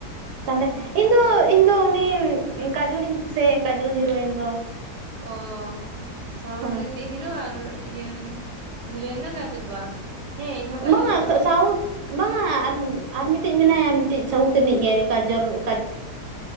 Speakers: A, on the right; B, on the right.
A: ᱛᱟᱞᱦᱮ
B: ᱚ
A: ᱤᱧ ᱫᱚ ᱤᱧ ᱫᱚ ᱩᱱᱤ ᱠᱟᱡᱚᱞᱤᱧ ᱠᱩᱥᱤᱭᱟᱭᱟ ᱠᱟᱡᱚᱞ ᱦᱤᱨᱳᱭᱤᱱ ᱫᱚ᱾
B: ᱚ ᱥᱟᱣᱩᱛ
A: ᱦᱳᱭ
B: ᱨᱤᱱᱤᱜ ᱦᱤᱨᱳ ᱟᱨ ᱤᱭᱟᱹ ᱦᱤᱨᱳᱭᱤᱱ ᱫᱚ ᱠᱟᱡᱚᱞ ᱵᱟ ᱦᱮᱸ ᱤᱧᱦᱚᱸ ᱠᱟᱡᱚᱞ
A: ᱵᱟᱝᱟ
B: ᱫᱚ ᱫᱚᱢᱮᱧ
A: ᱥᱟᱦᱩ ᱵᱟᱝᱟ ᱟᱨ ᱟᱨ ᱢᱤᱫᱴᱤᱡ ᱢᱮᱱᱟᱭᱟ ᱢᱤᱫᱴᱤᱡ ᱥᱟᱹᱣᱩᱛ ᱨᱤᱱᱤᱡ ᱜᱮ ᱠᱟᱡᱚᱞ ᱠᱟᱡ